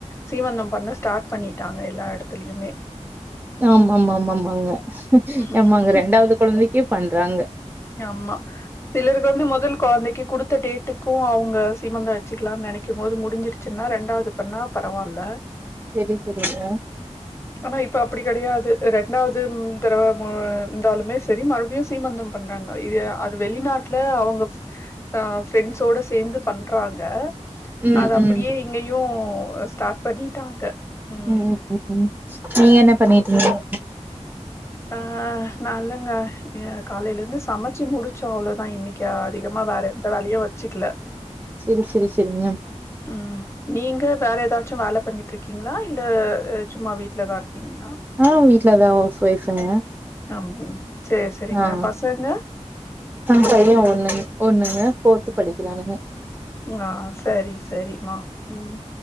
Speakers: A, on the left; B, on the right.
A: சீமந்தம் பண்ண ஸ்டாட் பண்ணிட்டாங்க எல்லா எடத்துலயுமே
B: ஆமா ஆமா ஆமா ஆமாங்க
A: ம்
B: ஆமாங்க ரெண்டாவது கொழந்தைக்கு பண்றாங்க
A: ஆமா சிலருக்கு வந்து முதல் கொழந்தைக்கு குடுத்த டேட்டுக்கு அவங்க சீமந்தொ வச்சுக்கலானு நெனைக்கும் போது முடிஞ்சிருச்சுன்னா ரெண்டாவது பண்ணா பரவாயில்ல
B: சரி, சரிங்க.
A: ஆனா இப்ப அப்டி கெடையாது ரெண்டாவது ம் தடவ உம் இருந்தாலுமே சரி மறுபடியு சீமந்தம் பண்றாங்க இது அது வெளிநாட்டுல அவங்க ஃப் ஆஹ் ஃப்ரெண்ட்ஸோட சேந்து பண்றாங்க
B: ம்,
A: அது அப்டியே
B: ம்.
A: இங்கயு ஒ ஸ்டார்ட் பண்ணிட்டாங்க ம்.
B: உம் உம் உம் நீங்க என்ன பண்ணீட்டிருந்தீங்க
A: ஆஹ் நல்லுங்க இங்க காலையில இருந்து சமச்சு முடிச்சொ அவ்ளோதா இன்னைக்கு அதிகமா வேற எந்த வேலையு வெச்சுக்கல
B: சரி, சரி, சரிங்க.
A: உம் நீங்க வேற ஏதாச்சு வேல பண்ணிட்டு இருக்கீங்களா இல்ல அ சும்மா வீட்டுலதா இருக்கீங்களா
B: ஆஹ் வீட்லதா ஹவுஸ் ஒய்ஃபுங்க
A: அம் சரி சரிங்க.
B: ஆஹ்
A: பசங்க?
B: <inaudible> பைய ஒன்னு ஒன்னுங்க ஃபோர்த்து படிக்கிறானுங்க
A: ஆஹ் சரி சரி மா உம்